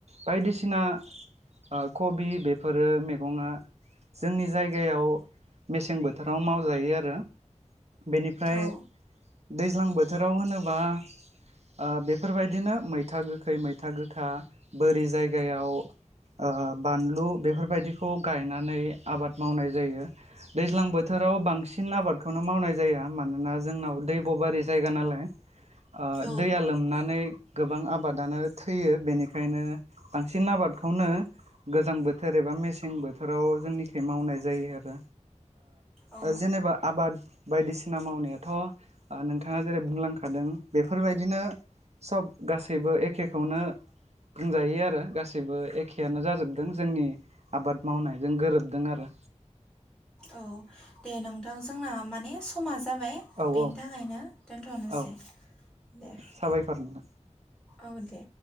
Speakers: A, on the right; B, in the centre.
A: बायदिसिना ओ कबि बेफोरो मेगङा जोंनि जायगायाव मेसें बोथोराव मावजायो आरो बेनिफ्राय
B: औ
A: दैज्लां बोथोराव होनोबा ओ बेफोरबायदिनो मैथा गोखै मैथा गोखा बोरि जायगायाव ओ बानलु बेफोरबायदिखौ गायनानै आबाद मावनाय जायो दैज्लां बोथोराव बांसिन आबादखौनो मावनाय जाया मानोना जोंनाव दैब' बारि जायगा नालाय ओ
B: औ
A: दैया लोमनानै गोबां आबादानो थैयो बेनिखायनो बांसिन आबादखौनो गोजां बोथोर एबा मेसें बोथोराव जोंनि मावनाय जायो आरो
B: औ
A: ओ जेनेबा आबाद बायदिसिना मावनायाथ' नोंथाङा जेरै बुंलांखादों बेफोरबादिनो सब गासैबो एखेखौनो बुंजायो आरो गासिबो एखेयानो जाजोबदों जोंनि आबाद मावनायजों गोरोब दों आरो
B: औ दे नोंथां जोंना माने समा जाबाय जाबाय
A: औ
B: बेनि
A: औ
B: थाखायनो दोनथ'नोसै
A: औ
B: दे
A: साबायखर नोंथां
B: औ दे